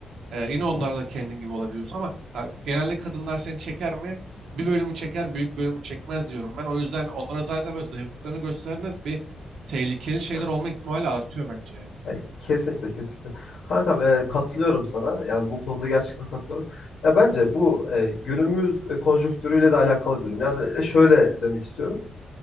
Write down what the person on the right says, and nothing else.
Ee, yine
onlarla
kendin gibi olabiliyorsun ama ha, genelde kadınlar seni çeker mi? Bir bölümü çeker, büyük bölümü çekmez diyorum ben. O yüzden onlara zaten böyle zayıflıklarını gösterdiğinde bir tehlikeli şeyler
olma ihtimali artıyor bence ya.